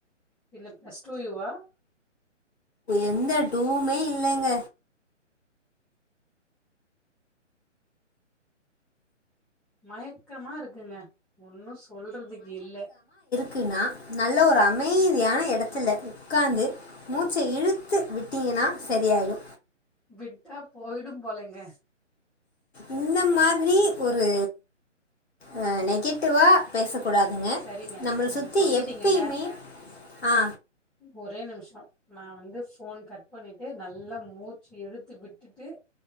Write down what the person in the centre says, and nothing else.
என்ன ப்ளஸ் டூ யூ வா
மயக்கமா இருக்குங்க ஒன்னு சொ சொல்றதுக்கில்ல
விட்டா போயிடும் போலங்க
சரிங்க
நீங்க
சொல்லிட்டீங்கல்ல
ஒரே நிமிஷொ நா வந்து ஃபோன் கட் பண்ணிட்டு நல்லா மூச்சு இழுத்து விட்டுட்டு